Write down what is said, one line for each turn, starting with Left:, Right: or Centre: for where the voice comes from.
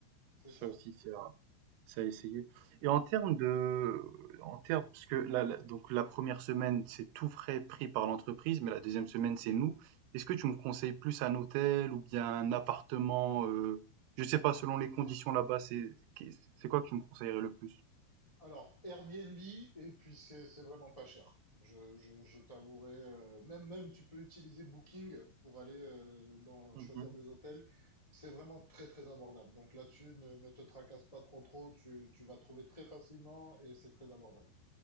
Left: c'est
Right: ça
Left: ça.
Right: aussi c'est Ça a essayé. Et en termes de en termes parce que là, là, donc la première semaine, c'est tout frais pris par l'entreprise, mais la deuxième semaine, c'est nous. Est-ce que tu me conseilles plus un hôtel ou bien un appartement, heu, je sais pas, selon les conditions là-bas, c'est qu'est c'est quoi que tu me conseillerais le plus?
Left: Alors, Airbnb, et puis c'est c'est vraiment pas cher. Je, je, je t'avouerai, euh, même, même tu peux utiliser Booking pour aller euh, dans,
Right: Mmh
Left: choisir des hôtels. C'est vraiment très très abordable. Donc là-dessus, ne, ne te tracasse pas trop trop, tu, tu vas trouver très facilement et c'est très abordable.